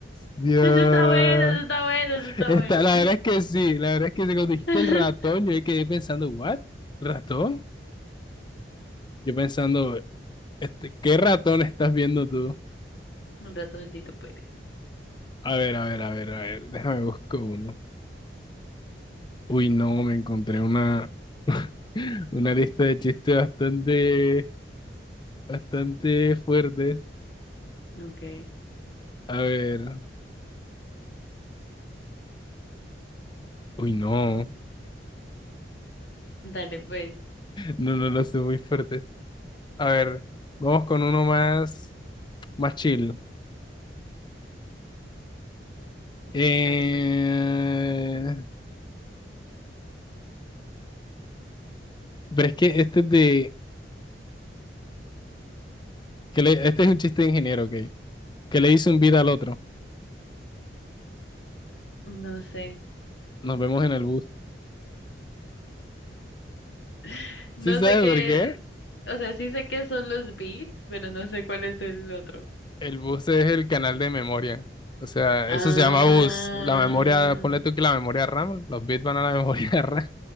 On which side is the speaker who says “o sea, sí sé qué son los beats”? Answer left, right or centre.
Left